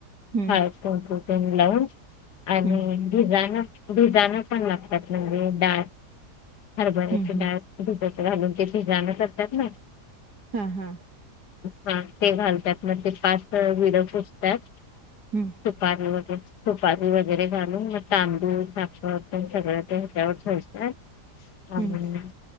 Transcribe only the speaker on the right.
हम्म
हम्म
हम्म हम्म
हा हा.
हम्म
हम्म